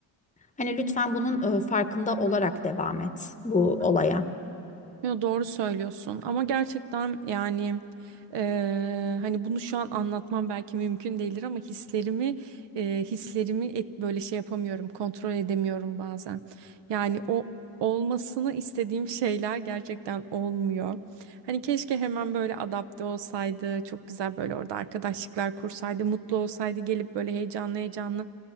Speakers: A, on the left; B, on the right.
A: Hani lütfen bunun e, farkında olarak devam et bu olaya.
B: Hı. Yo, doğru söylüyorsun ama gerçekten yani eee, hani bunu şu an anlatmam belki mümkün değildir ama hislerimi eee, hislerimi et, böyle şey yapamıyorum kontrol edemiyorum bazen. Yani o olmasını istediğim şeyler gerçekten olmuyor. Hani keşke hemen böyle adapte olsaydı çok güzel böyle orada arkadaşlıklar kursaydı mutlu olsaydı gelip böyle heyecanlı heyecanlı